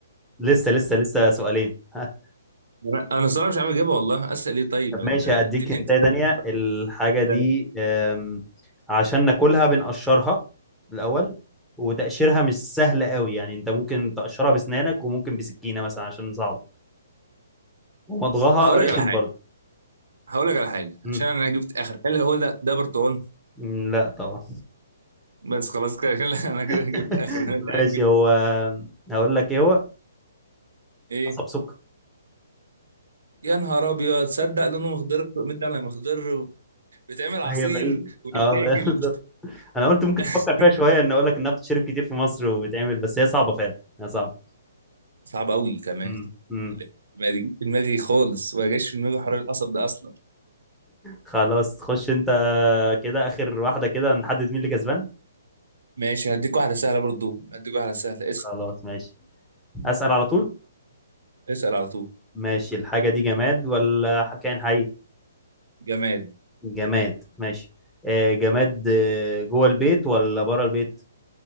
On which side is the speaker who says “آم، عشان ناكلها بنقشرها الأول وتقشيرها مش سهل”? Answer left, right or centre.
Centre